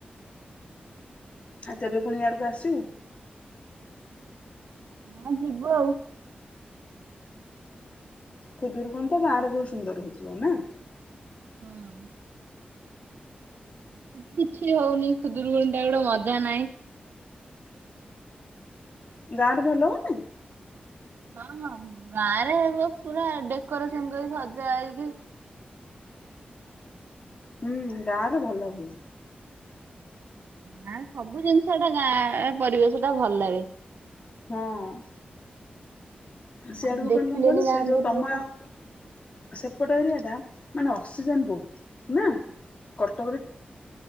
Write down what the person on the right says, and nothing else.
ହଁ ଯିବୁ ଆଉ।
ହଁ ସେଠି କିଛି ହୋଉନି ଖୁଦୁରୁକୁୁଣି ଟା ଗୋଟେ ମଜା ନହିଁ।
ହଁ ହଁ ଗାଁ ରେ ଏବେ ପୁରା ଡେକୋରେସନ କରି ସଜା ହେଇକି
ଗାଁ ରେ ସବୁ ଜିନିଷ ଟା ଗାଁ ପରିବେଶ ଟା ଭଲ ଲାଗେ।
ଆମେ ଦେଖିଲେନି
ଗାଁ
ପରିବେଶ।